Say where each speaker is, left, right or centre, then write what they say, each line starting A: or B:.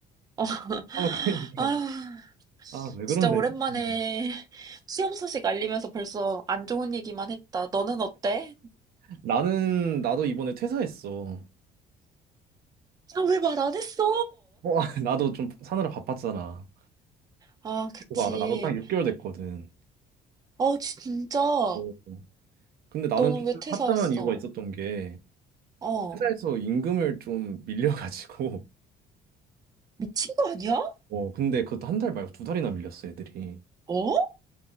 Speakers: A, on the right; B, on the right.
A: 어,
B: 한번 까이니까.
A: 아
B: 아, 왜
A: 진짜
B: 그런데?
A: 오랜만에
B: 음.
A: <laughs> 취업 소식 알리면서 벌써 안 좋은 얘기만 했다. 너는 어때?
B: 나는 나도 이번에 퇴사했어.
A: 아, 왜 말 안 했어?
B: 어, <laughs> 나도 좀 사느라 바빴잖아.
A: 아, 그치.
B: 그거 알아? 나도 딱 6개월 됐거든.
A: 아, 진짜.
B: 오. 근데 나는
A: 너는
B: 좀
A: 왜 퇴사했어?
B: 합당한 이유가 있었던 게
A: 어.
B: 회사에서 임금을 좀 밀려가지고.
A: 미친 거 아니야?
B: <laughs> 어, 근데 그것도 한 달 말고 두 달이나 밀렸어, 애들이.
A: 어?